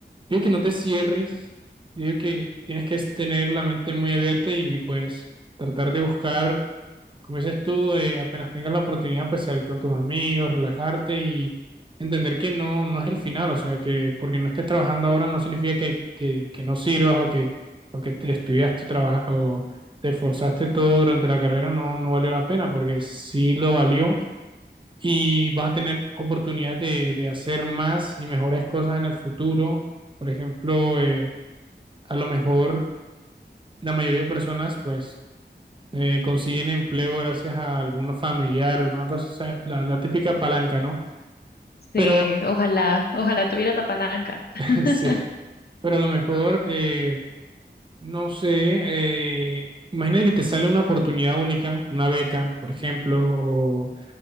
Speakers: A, on the right; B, on the left.
A: yo digo que no te cierres, yo digo que tienes que tener la mente muy abierta y pues tratar de buscar como dices tú, eh, apenas tengas la oportunidad, pues salir con tus amigos, relajarte y entender que no, no es el final, o sea, que porque no estés trabajando ahora no significa que, que, que no sirvas o que, o que te estudias tu trabajo o te esforzaste todo durante la carrera, no, no valió la pena, porque sí lo valió y vas a tener oportunidades de, de hacer más y mejores cosas en el futuro. Por ejemplo, eh, a lo mejor la mayoría de personas, pues eh, consiguen empleo gracias a alguno familiar o alguna cosa, o sea, la, la típica palanca, ¿no?
B: Sí,
A: Pero
B: ojalá, ojalá tuviera esa palanca. <laughs>
A: <laughs> sí, pero a lo mejor, eh, no sé, eh, imagínate que te sale una oportunidad única, una beca, por ejemplo, o,